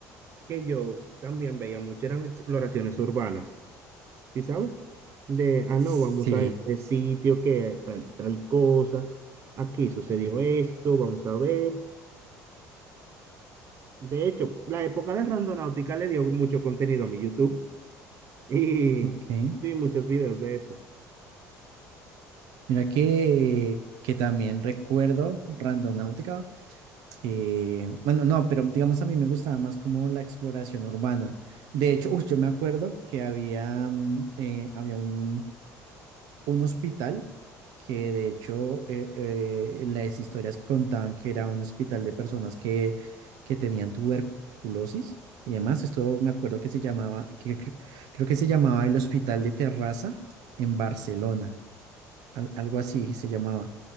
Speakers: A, on the right; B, on the right.
A: que yo también veía mucho eran exploraciones urbanas, ¿sí sabes? De, ah, no,
B: Sí,
A: vamos a este sitio que tal, tal cosa, aquí sucedió esto, vamos a ver. De hecho, la época de Randonáutica le dio mucho contenido a mi YouTube y
B: ok.
A: vi muchos videos de eso.
B: Mira que, que también recuerdo Randonáutica que, bueno, no, pero digamos a mí me gustaba más como la exploración urbana. De hecho, uy, yo me acuerdo que había, mm, eh, había un, un hospital que de hecho eh, eh, las historias que contaban que era un hospital de personas que, que tenían tuberculosis y demás, esto me acuerdo que se llamaba, que, cre- creo que se llamaba el Hospital de Terraza en Barcelona al- algo así se llamaba,